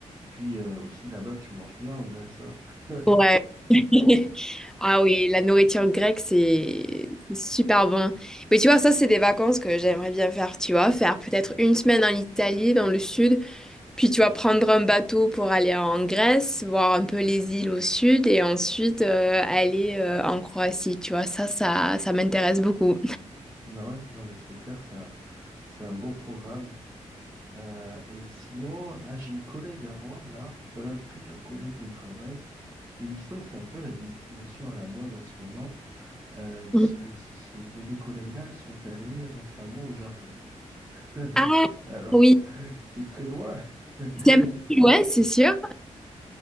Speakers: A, on the right (about 20°); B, in the centre.
A: Puis euh, aussi là-bas, tu manges bien en Grèce, hein. <laughs>
B: ouais. <laughs> Ah oui, la nourriture grecque, c'est c'est super bon. Mais tu vois, ça, c'est des vacances que j'aimerais bien faire, tu vois, faire peut-être une semaine en Italie, dans le sud Puis tu vas prendre un bateau pour aller en Grèce, voir un peu les îles au sud et ensuite euh, aller euh, en Croatie. Tu vois, ça, ça, ça m'intéresse beaucoup.
A: Ah ouais, non mais c'est clair, ça, c'est un beau programme. Euh, et sinon, là, j'ai une collègue à moi, là, enfin même plusieurs collègues de travail, mais il me semble que c'est un peu la destination à la mode en ce moment. Euh, ils s-
B: Mhm.
A: elles s- ces- mes deux collègues-là, elles sont allées récemment au Japon. <laughs>
B: Ah
A: Alors,
B: oui,
A: c'est très loin.
B: c'est
A: <laughs>
B: un peu plus loin, c'est sûr.